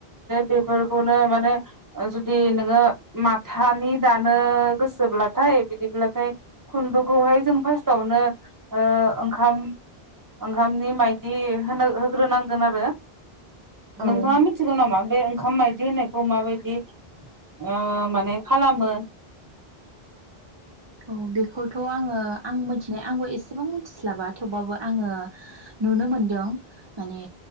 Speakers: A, on the right; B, on the right.
A: बेफोरखौनो माने ओ जुदि नोङो माथानि दानो गोसोब्लाथाय बिदिब्लाथाय खुन्दुं खौहाय जों फार्स्टावनो ओंखाम ओंखामनि माइदि होनो होग्रोनांगोन आरो। नोंथाङा
B: औ
A: मिथिगौ नामा? बे ओंखाम मायदि होननायखौ माबायदि ओ माने खालामो।
B: औ बेखौथ आङो आं मिथिनाय आंबो एसेबां मिथिस्लाबा थेवबाबो आङो नुनो मोनदों। माने